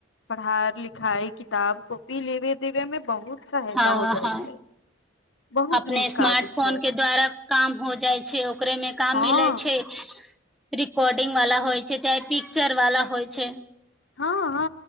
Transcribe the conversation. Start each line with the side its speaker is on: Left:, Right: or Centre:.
Left: पढ़ाइ लिखाइ किताब कॉपी लेबे देवे में बहुत सहायता
Centre: हँ
Left: हो जाइ
Centre: हँ
Left: छै बहुत
Centre: अपने
Left: नीक
Centre: स्मार्ट
Left: काज
Centre: फोन
Left: छै
Centre: के द्वारा काम हो जाइ छै ओकरे मे काम
Left: हँ
Centre: मिलै छै रिकॉर्डिंग वाला होइ छै चाहे पिक्चर वाला होइ छै
Left: हँ हँ